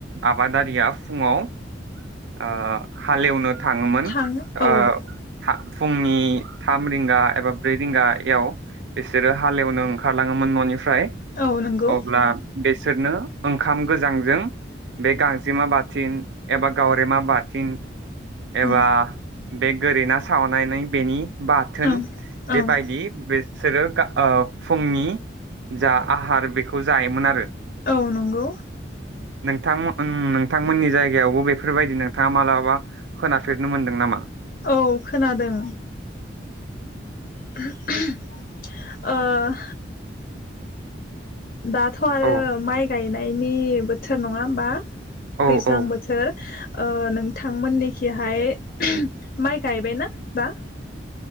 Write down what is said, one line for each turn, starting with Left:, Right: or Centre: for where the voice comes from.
Right: आबादारिया फुङाव ओ हालेवनो थाङोमोन
Left: थाङो
Right: ओ
Left: औ
Right: फुंनि थाम रिंगा एबा ब्रै रिंगायाव बिसोरो हालेवनो ओंखारलाङोमोन ननिफ्राय फ्राय
Left: औ नंगौ
Right: अब्ला बिसोरनो ओंखाम गोजांजों बे गांजेमा बा थिन एबा गावरेमा बाथिन
Left: औ
Right: एबा बे गोरि ना सावनानै बेनि बाथोन
Left: ओं ओं
Right: बेबायदि बिसोरो ओ फुंनि जा आहार बेखौ जायोमोन आरो
Left: औ नंगौ
Right: नोंथांमोन नोंथांमोननि जायगायावबो बेफोरबायदि नोंथाङा मालाबा खोनाफेरनो मोनदों नामा?
Left: औ खोनादों <unintelligible> ओ दाथ आरो
Right: औ
Left: माइ गाय गायनायनि बोथोर नङा होमबा
Right: औ
Left: दैज्लां
Right: औ
Left: बोथोर ओ नोंथांमोननिखिहाय माइ गायबायना बा